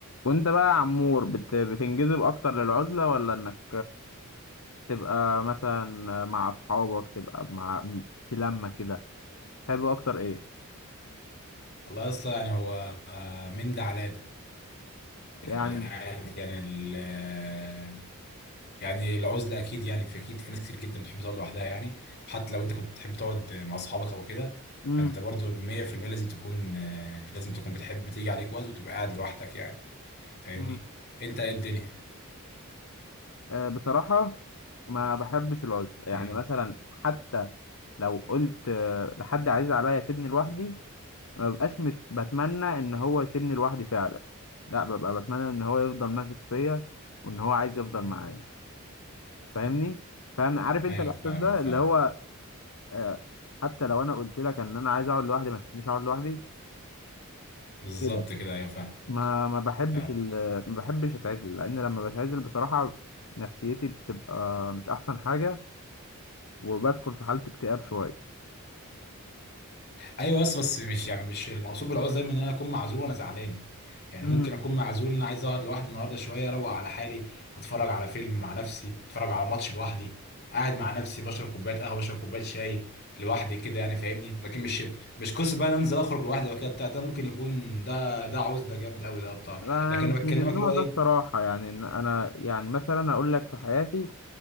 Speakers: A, on the left; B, on the left.
A: وانت بقى يا عمور بت... بتنجذب اكتر للعزلة ولا انك تبقى مثلا مع اصحابك تبقى مع في لمة كده تحب اكتر ايه
B: والله يا اسطى يعني هو آه، من ده على ده يعني
A: يعني
B: عادي يعني ال آه، يعني العزله اكيد يعني في اكيد في ناس كتير جدا بتحب تقعد لوحدها يعني حتى لو انت كنت بتحب تقعد مع اصحابك او كده
A: امم
B: فانت برضو 100% لازم تكون آه، لازم تكون بتحب تيجي عليك وقت وتبقى قاعد لوحدك يعني فاهمني
A: امم
B: انت ايه الدنيا
A: آه بصراحة ما بحبش العزلة يعني
B: امم
A: مثلا حتى لو قلت آه، لحد عزيز عليا سيبني لوحدي ما ببقاش مت... بتمنى ان هو يسيبني لوحدي فعلا لا ببقى بتمنى ان هو يفضل ماسك فيا وان هو عايز يفضل معايا فاهمني فاهم عارف انت
B: ايوه
A: الاحساس
B: فاهمك
A: ده
B: فاهمك
A: اللي هو آه، حتى لو انا قلت لك ان انا عايز اقعد لوحدي ما تسيبنيش اقعد لوحدي
B: بالظبط
A: كده
B: كده ايوه فاهمك
A: ما ما بحبش
B: فاهمك.
A: ال... ما بحبش اتعزل لان لما بتعزل بصراحة نفسيتي بتبقى مش احسن حاجة وبدخل في حالة اكتئاب شوية
B: ايوه بس بس مش يعني مش المقصود بالعوز دايما ان انا اكون معزول وانا زعلان يعني
A: امم
B: ممكن اكون معزول ان انا عايز اقعد لوحدي النهارده شويه اروق على حالي اتفرج على فيلم مع نفسي اتفرج على ماتش لوحدي قاعد مع نفسي بشرب كوبايه قهوه بشرب كوبايه شاي لوحدي كده يعني فاهمني لكن مش مش قصه بقى إن أنا انزل اخرج لوحدي وكده بتاع ده ممكن يكون ده ده عوز ده جامد قوي ده بتاع
A: لا،
B: لكن
A: انا مش
B: انا بكلمك
A: من النوع
B: اللي هو
A: ده
B: ايه
A: بصراحة يعني إن انا يعني مثلا اقول لك في حياتي